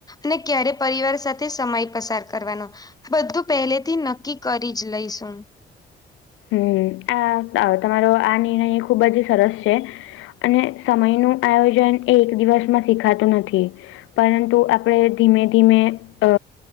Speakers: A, on the left; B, on the left.
A: ને ક્યારે પરિવાર સાથે સમય પસાર કરવાનો, બધું પહેલેથી નક્કી કરીજ લઈશું,
B: હમ્મ, આ અ તમારો આ નિર્ણય ખુબ જ સરસ છે. અને સમયનું આયોજન એ એક દિવસમાં શીખાતું નથી. પરંતુ આપણે ધીમે ધીમે અ